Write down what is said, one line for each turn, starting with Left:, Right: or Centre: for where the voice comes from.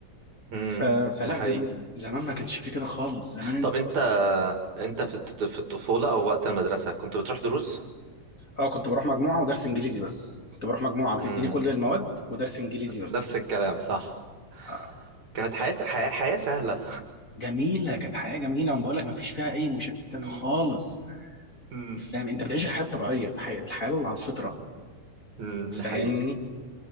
Right: مم.
Left: ف... فلا
Right: ده حقيقي
Left: زم... زمان ما كانش في كده خالص زمان
Right: طب أنت أنت في الط- في الطفولة أو وقت المدرسة كنت بتروح دروس؟
Left: اه كنت بروح مجموعة ودرس انجليزي بس كنت بروح مجموعة بتديني
Right: مم.
Left: كل المواد ودرس انجليزي بس
Right: نفس الكلام صح
Left: آه،
Right: كانت حياة حياة, حياة سهلة
Left: جميلة كانت حياة جميلة وانا بقول لك ما فيش فيها اي مشتتات
Right: مم.
Left: خالص
Right: مم.
Left: فاهم انت بتعيش الحياه الطبيعيه الحياه, الحياة اللي على الفطره
Right: مم.
Left: فاهمني
Right: ده حقيقي